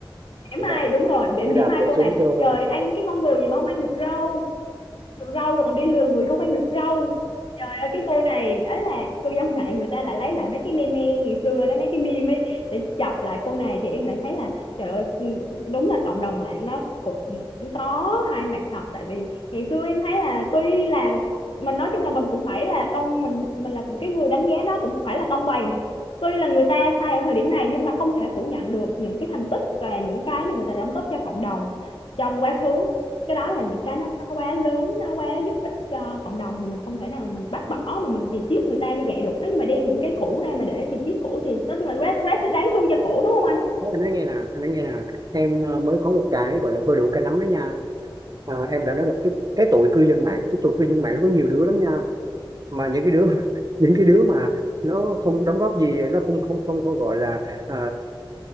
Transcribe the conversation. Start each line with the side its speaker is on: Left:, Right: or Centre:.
Left: mỉa
Right: để
Left: mai
Right: đạp
Left: đúng rồi để
Right: để
Left: mỉa
Right: đạp
Left: mai
Right: cổ
Left: cô
Right: xuống
Left: này
Right: sâu hơn
Left: trời ăn cái con người gì mà không ăn được rau được rau rồi còn đi lừa người không ăn được rau trời ơi cái cô này ấy là cư dân mạng người ta lại lấy lại mấy cái meme ngày xưa đó mấy cái meme ấy để chọc lại cô này thì em lại thấy là trời ơi ừ, đúng là cộng đồng mạng nó cũng có hai mặt thật tại vì ngày xưa em thấy là tuy là mình nói chung là mình cũng phải là công mình mình là cũng cái người đánh giá nó cũng phải là công bằng tuy là người ta sai ở thời điểm này nhưng mà không thể phủ nhận được những cái thành tích và những cái mà người ta đã đóng góp cho cộng đồng trong quá khứ cái đó là những cái nó quá lớn nó quá giúp ích cho cộng đồng thì mình không thể nào mình bác bỏ mà mình chì chiết người ta như vậy được nếu như mà đem những cái cũ ra mà để chì chiết cũ thì tất nhiên là quá quá đáng thương cho cũ đúng không anh
Right: Thế anh nói nghe nè anh nói nghe nè em ờ, mới có một cái gọi là bơ đũa cá nắm đó nha Ờ, em đã nói là cái cái tụi cư dân mạng cái tụi cư dân mạng nó có nhiều đứa lắm nha mà những cái đứa <laughs> những cái đứa mà nó không đóng góp gì nó không không không không gọi là ờ,